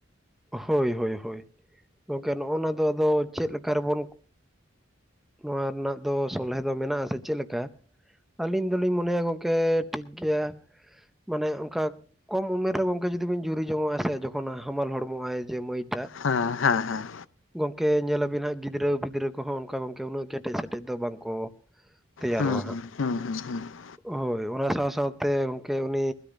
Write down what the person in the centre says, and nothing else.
ᱦᱳᱭ ᱦᱳᱭ ᱦᱳᱭ ᱜᱚᱢᱠᱮ ᱱᱚᱜᱼᱚᱱᱟ ᱫᱚ ᱟᱫᱚ ᱪᱮᱫ ᱞᱮᱠᱟ ᱨᱮᱵᱚᱱ ᱱᱚᱣᱟ ᱨᱮᱱᱟᱜ ᱫᱚ ᱥᱚᱞᱦᱮ ᱫᱚ ᱢᱮᱱᱟᱜᱥᱮ ᱪᱮᱫ ᱞᱮᱠᱟ ᱟᱹᱞᱤᱧ ᱫᱚᱞᱤᱧ ᱢᱚᱱᱮᱭᱟ ᱜᱚᱢᱠᱮ ᱴᱷᱤᱠ ᱜᱮᱭᱟ᱾ ᱢᱟᱱᱮ ᱚᱱᱠᱟ ᱠᱚᱢ ᱩᱢᱮᱨ ᱨᱮ ᱜᱚᱝᱠᱮ ᱡᱩᱫᱤ ᱵᱤᱱ ᱡᱩᱨᱤ ᱡᱚᱝᱚᱜᱼᱟ ᱥᱮ ᱡᱚᱠᱷᱚᱱ ᱦᱟᱢᱟᱞ ᱦᱚᱲ ᱢᱚ ᱟᱭ ᱡᱮ ᱢᱟᱹᱭᱴᱟ
ᱜᱚᱢᱠᱮ ᱧᱮᱞ ᱟᱹᱵᱤᱱ ᱦᱟᱸᱜ ᱜᱤᱫᱽᱨᱟᱹ ᱯᱤᱫᱽᱨᱟᱹ ᱠᱚᱦᱚᱸ ᱚᱱᱠᱟ ᱜᱚᱢᱠᱮ ᱩᱱᱟᱹᱜ ᱠᱮᱴᱮᱡ ᱥᱮᱴᱮᱡ ᱫᱚ ᱵᱟᱝᱠᱚ ᱛᱮᱭᱟᱨᱚᱜᱼᱟ
ᱦᱟᱸᱜ᱾
ᱦᱳᱭ ᱚᱱᱟ ᱥᱟᱶ ᱥᱟᱶᱛᱮ ᱜᱚᱢᱠᱮ ᱩᱱᱤ